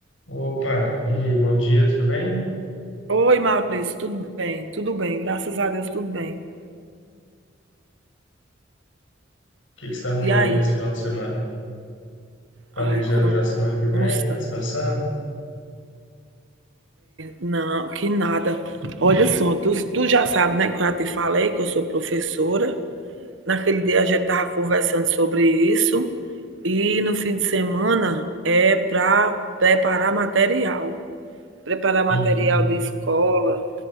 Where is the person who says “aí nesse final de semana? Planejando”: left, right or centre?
Left